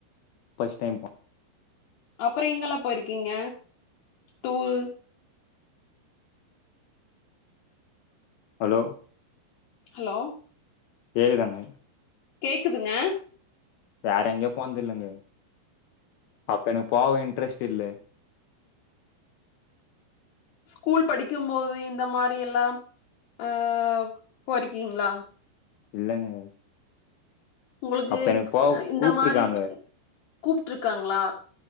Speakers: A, on the left; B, on the left.
A: பஸ்ட் டைம் போ
B: அப்ற எங்கெல்லா போயிருக்கீங்க டூர்
A: ஹலோ
B: ஹலோ
A: கேக்குதாங்க
B: கேக்குதுங்க
A: வேறெங்கயோ போன்து இல்லங்க அப்ப எனக்கு போவே இன்ட்ரெஸ்ட் இல்லே
B: ஸ்கூல் படிக்கும் போது இந்த மாரி எல்லாம் அ போய்ரிக்கீங்களா
A: இல்லங்க
B: உங்களுக்கு
A: அப்ப எனக்கு போவ
B: இந்த
A: கூப்ட்ருக்காங்க
B: மாரி ப கூப்ட்ருக்காங்ளா